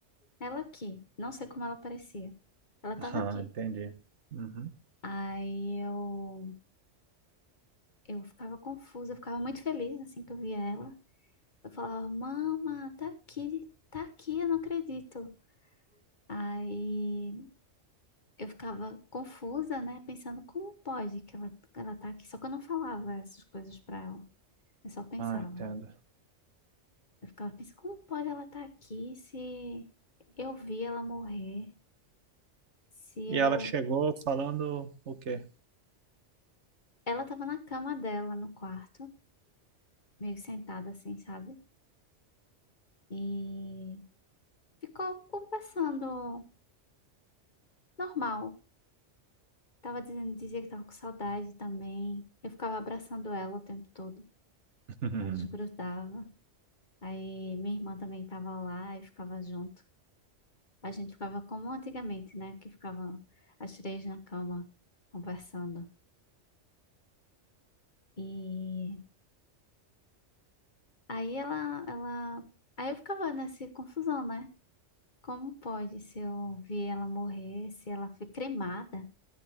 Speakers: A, on the left; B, on the right.
A: ela aqui. Não sei como ela parecia. Ela estava
B: <laughs> ah,
A: aqui.
B: entendi. Uhum.
A: Aí eu, eu ficava confusa, eu ficava muito feliz assim que eu via ela. Eu falava, mama, tá aqui, tá aqui, eu não acredito. Aí eu ficava confusa, né? Pensando como pode que ela, que ela tá aqui. Só que eu não falava essas coisas pra ela. Eu só pensava.
B: Ah, entendo.
A: Eu ficava pensando, como pode ela estar aqui se eu vi ela morrer? Se
B: E
A: eu.
B: ela chegou falando o quê?
A: Ela tava na cama dela, no quarto, meio sentada assim, sabe? E ficou conversando normal. Tava dizendo, dizia que tava com saudade também. Eu ficava abraçando ela o tempo todo.
B: <laughs>
A: Não desgrudava. Aí minha irmã também tava lá e ficava junto. A gente ficava como antigamente, né? Que ficavam as três na cama conversando. E aí ela, ela, aí eu ficava nessa confusão, né? Como pode se eu vi ela morrer, se ela foi cremada?